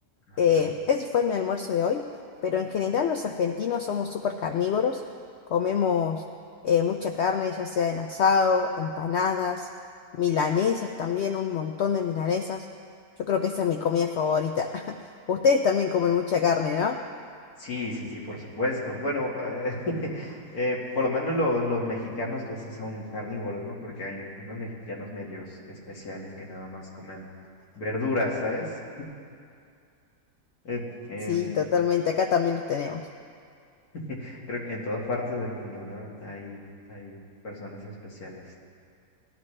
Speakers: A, on the left; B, on the left.
A: ajá.
B: eh, ese fue mi almuerzo de hoy, pero en general los argentinos somos súper carnívoros, comemos eh, mucha carne, ya sea en asado, empanadas, milanesas también, un montón de milanesas. Yo creo que esa es mi comida favorita. <laughs> Ustedes también comen mucha carne, ¿no?
A: Sí, sí, sí, por supuesto. Bueno, eh, <laughs> eh, por lo menos lo- los mexicanos que sí son carnívoros, ¿no? Porque hay unos mexicanos medios especiales que nada más comen verduras, ¿sabes? Eh, em,
B: Sí, totalmente, acá también los tenemos.
A: <laughs> creo que en todas partes del mundo, ¿no? Hay, hay personas especiales.